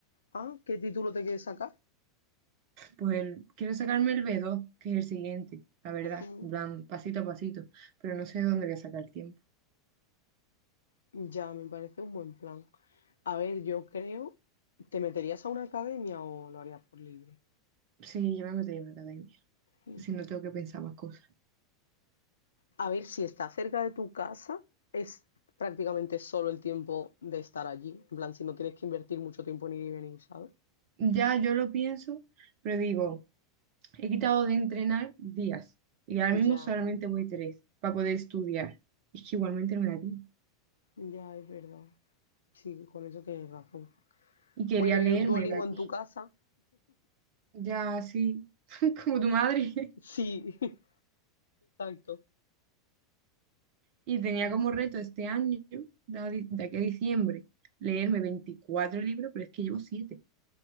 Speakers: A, on the left; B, on the right.
A: Ah, ¿qué título te quieres sacar?
B: Pues el- quiero sacarme el b dos que es el siguiente, la verdad,
A: Mm,
B: en plan, pasito a pasito, pero no sé dónde voy a sacar tiempo.
A: Ya, me parece un buen plan. A ver, yo creo, ¿te meterías a una academia o lo harías por libre?
B: Sí, yo me metería en una academia,
A: Mm.
B: si no tengo que pensar más cosas.
A: A ver, si está cerca de tu casa, es prácticamente solo el tiempo de estar allí. En plan, si no tienes que invertir mucho tiempo en ir y venir, ¿sabes?
B: Ya yo lo pienso, pero digo... He quitado de entrenar días y ahora mismo
A: Ya,
B: solamente voy tres para poder estudiar. Es que igualmente no me da tiempo.
A: ya es verdad. Sí, con eso tienes razón.
B: Y quería
A: Bueno,
B: leerme
A: ¿y un Duolingo
B: de aquí,
A: en tu casa?
B: ya así, <laughs> como tu madre. <laughs>
A: Sí, <laughs> exacto.
B: Y tenía como reto este año, de a di- de aquí a diciembre, leerme 24 libros, pero es que llevo siete